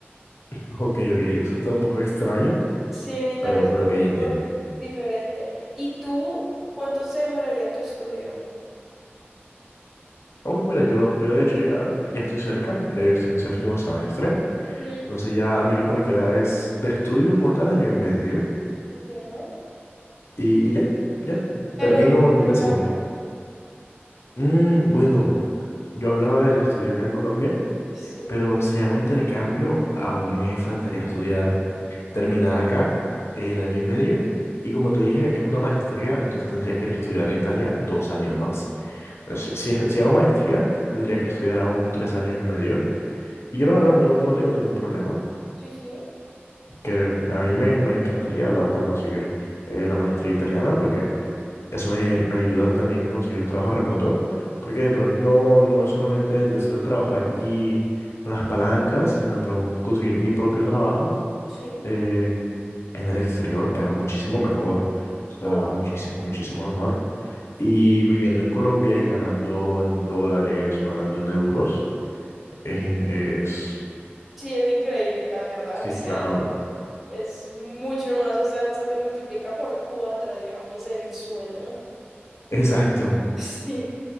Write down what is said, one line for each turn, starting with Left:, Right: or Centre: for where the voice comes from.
Left: Ok, ok, eso está un poco extraño,
Centre: Sí, en Italia
Left: pero,
Centre: es
Left: pero
Centre: un
Left: ok,
Centre: poco
Left: entiendo.
Centre: diferente. ¿Y tú cuánto se demoraría tu estudio?
Left: Ah, bueno, mira, yo, yo de hecho ya, ya estoy cerca, ya yo estoy en séptimo semestre,
Centre: Mm,
Left: entonces ya a mí lo que me queda es de estudio como tal año y medio
Centre: Entiendo.
Left: y, y ya, ya,
Centre: Pero
Left: termino
Centre: en intercambio,
Left: en décimo. Mm, bueno, yo hablaba del estudio acá en Colombia,
Centre: sí,
Left: pero si hago intercambio aún me faltaría estudiar terminar acá el año y medio. Y como te dije, es una maestría, entonces tendría que ir a estudiar a Italia dos años más. Entonces, si, si, si hago maestría, tendría que estudiar aún tres años y medio. Y yo la verdad no, no tengo ningún problema,
Centre: sí, sí,
Left: que a mí me, me encantaría la verdad conseguir eh, la maestría italiana porque eso me, me ayuda también a conseguir trabajo remoto, porque de pronto no, no es solamente el deseo de trabajar aquí con las palancas, sino de pronto conseguir mi propio trabajo
Centre: sí.
Left: eh, en el exterior pagan muchísimo mejor, o sea,
Centre: obvio.
Left: muchísimo, muchísimo mejor. Y viviendo en Colombia y ganando en dólares o ganando en euros, es, in- es...
Centre: sí, es increíble, la verdad.
Left: Sí,
Centre: O sea,
Left: claro.
Centre: es mucho más, o sea, se te multiplica por cuatro, digamos, el sueldo.
Left: Exacto.
Centre: Sí,